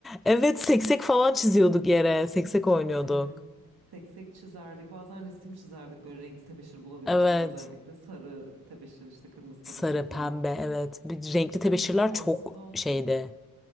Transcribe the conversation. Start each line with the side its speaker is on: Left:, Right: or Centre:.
Centre: Evet seksek falan çiziyorduk yere. Seksek oynuyorduk.
Right: Evet. Seksek çizerdik. Bazen resim çizerdik böyle renkli tebeşir bulabilirsek
Centre: Evet.
Right: özellikle sarı tebeşir işte kırmızı
Centre: Sarı,
Right: tebeşir falan.
Centre: pembe evet. Bir, renkli tebeşirler
Right: Evet, asfalta
Centre: çok şeydi.